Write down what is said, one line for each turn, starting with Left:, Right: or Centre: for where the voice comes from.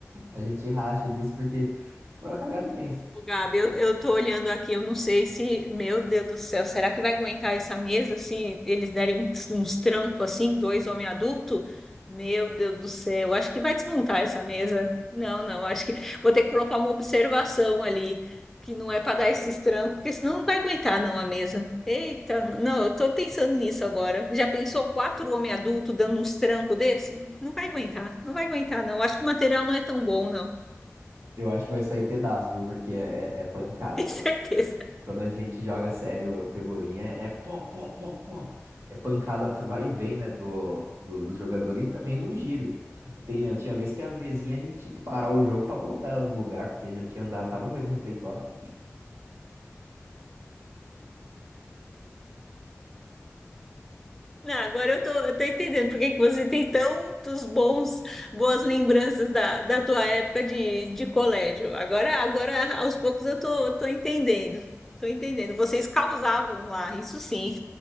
Right: A gente racha disso porque foi uma cagada imensa.
Centre: Ô, Gabi, eu, eu tô olhando aqui, eu não sei se, meu Deus do céu, será que vai aguentar essa mesa se eles derem uns, uns trampos assim, dois homens adultos? Meu Deus do céu, acho que vai desmontar essa mesa. Não, não, acho que vou ter que colocar uma observação ali, que não é para dar esses trampos, porque senão não vai aguentar não a mesa. Eita, não, eu tô pensando nisso agora. Já pensou quatro homens adultos dando uns trampos desse? Não vai aguentar, não vai aguentar não. Acho que o material não é tão bom, não.
Right: Eu acho que vai sair pedaço, viu? Porque é, é- é pancada.
Centre: <laughs> Tenho
Right: Qu-
Centre: certeza.
Right: Quando a gente joga sério o pebolim é, é pó, pó, pó, pó. É pancada pra vai e vem, né? Do, do, do jogador e também no giro. Tem, tinha vez que a mesinha a gente tinha que parar o jogo pra voltar ela no lugar, porque já tinha andado, tava no meio do refeitório.
Centre: Não, agora eu tô, eu tô entendendo por que que você tem tantos bons, boas lembranças da, da tua época de, de colégio. Agora, agora, aos poucos, eu tô, eu tô entendendo. Tô entendendo. Vocês causavam lá, isso sim.